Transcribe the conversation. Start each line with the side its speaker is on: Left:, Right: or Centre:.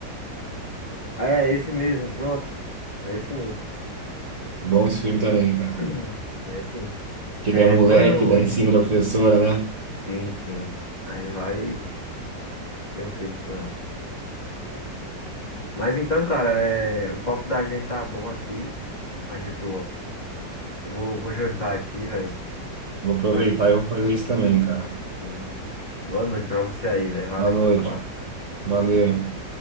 Left: É, esse mesmo, pronto. É esse mesmo.
Right: É bom esse filme também, cara.
Left: <clears throat> É sim.
Right: Que
Left: É,
Right: ele é moleque,
Left: mano,
Right: dá em cima da professora, né?
Left: sim, sim. Aí vai ter um filho com ela. Mas então, cara, é, o papo da gente tá bom aqui. Mas, tipo, Eu vou, vou jantar aqui, velho.
Right: Vou aproveitar
Left: Então,
Right: e vou fazer isso também, cara.
Left: sim. Boa noite pra você aí, velho. Valeu
Right: Boa noite.
Left: pelo papo.
Right: Valeu.